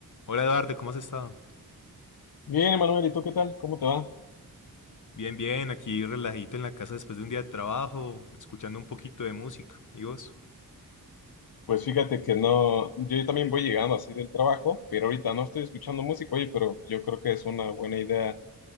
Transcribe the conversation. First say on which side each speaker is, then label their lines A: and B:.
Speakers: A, on the left (about 55°); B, on the left (about 80°).
A: Hola Eduardo, ¿cómo has estado?
B: Bien, Emanuel, ¿y tú qué tal? ¿Cómo te va?
A: Bien, bien, aquí relajito en la casa después de un día de trabajo, escuchando un poquito de música. ¿Y vos?
B: Pues fíjate que no, yo también voy llegando así del trabajo, pero ahorita no estoy escuchando música, oye, pero yo creo que es una buena idea